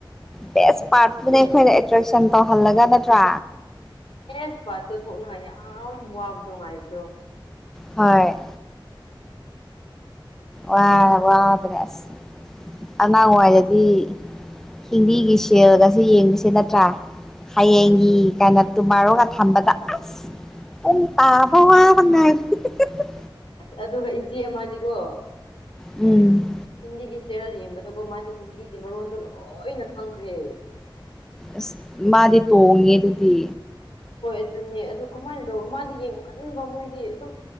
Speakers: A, in the centre; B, on the left.
A: ꯕꯦꯁ ꯄꯥꯔꯠꯇꯨꯅꯦ
B: ꯑꯦ
A: ꯑꯩꯈꯣꯏꯅ ꯑꯦꯇ꯭ꯔꯦꯛꯁꯟ ꯇꯧꯍꯜꯂꯒ ꯅꯠꯇ꯭ꯔꯥ
B: ꯕꯦꯁ ꯄꯥꯔꯠꯇꯣ ꯊꯣꯛꯅꯤꯉꯥꯏ ꯌꯥꯝ ꯋꯥꯕꯗꯣ ꯉꯥꯏꯕꯗꯣ
A: ꯍꯣꯏ ꯋꯥ ꯋꯥꯕꯅꯦ ꯑꯁ ꯑꯉꯥꯡꯋꯥꯏꯗꯗꯤ ꯍꯤꯟꯗꯤꯒꯤ ꯁꯦꯜꯒꯁꯦ ꯌꯦꯡꯕꯁꯦ ꯅꯠꯇ꯭ꯔꯥ ꯍꯌꯦꯡꯒꯤ ꯀꯥꯏꯅ ꯇꯨꯃꯔꯣ ꯊꯝꯕꯗ ꯑꯁ ꯄꯨꯡ ꯇꯥꯕ ꯋꯥꯕꯅ ꯍꯤ ꯍꯤ ꯍꯤ ꯍꯤ
B: ꯑꯁ ꯑꯗꯨꯒ ꯏꯆꯦ ꯑꯃꯗꯤꯀꯣ
A: ꯎꯝ
B: ꯍꯤꯟꯗꯤꯒꯤ ꯁꯦꯔꯦꯜ ꯌꯦꯡꯕꯗꯀꯣ ꯃꯥꯗꯤ ꯍꯤꯟꯗꯤꯒꯤ ꯃꯔꯣꯟꯗꯣ ꯂꯣꯏꯅ ꯈꯪꯈ꯭ꯔꯦ
A: ꯑꯁ ꯃꯥꯗꯤ ꯇꯣꯡꯉꯦ ꯑꯗꯨꯗꯤ
B: ꯍꯣꯏ ꯑꯗꯨꯅꯦ ꯑꯗꯨ ꯀꯃꯥꯏꯅ ꯇꯧꯕ ꯃꯥꯗꯤ ꯌꯦꯡꯃꯟꯕ ꯃꯣꯏꯗꯤ ꯑꯗꯨꯝ